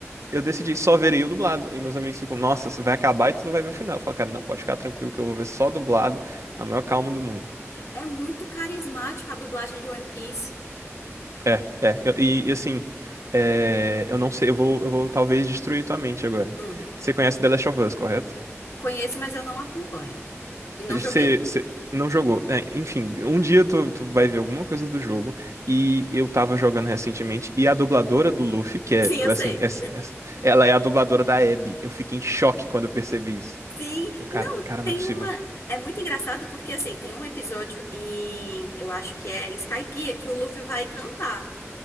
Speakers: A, on the right; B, on the left.
A: eu decidi só verei o dublado. E meus amigos ficam, nossa, isso vai acabar e tu não vai ver o final. Eu falo, cara, não, pode ficar tranquilo que eu vou ver só dublado, na maior calma do mundo.
B: É muito carismática a dublagem de One Piece.
A: É, é. eu- e, e assim, é, eu não sei, eu vou, eu vou talvez destruir tua mente agora.
B: Hum,
A: Você conhece The Last of Us, correto?
B: conheço, mas eu não acompanho. E não
A: Você,
B: joguei.
A: você não jogou. É, enfim, um dia tu, tu vai ver alguma coisa do jogo. E eu tava jogando recentemente, e a dubladora do Luffy, que é,
B: Sim, eu sei.
A: assim, essa, essa- ela é a dubladora da Abby. Eu fiquei em choque quando eu percebi isso.
B: Sim,
A: Eu, cara,
B: não,
A: cara,
B: tem
A: não é possível.
B: uma. É muito engraçado porque assim, tem um episódio em. Eu acho que é em Skypiea que o Luffy vai cantar.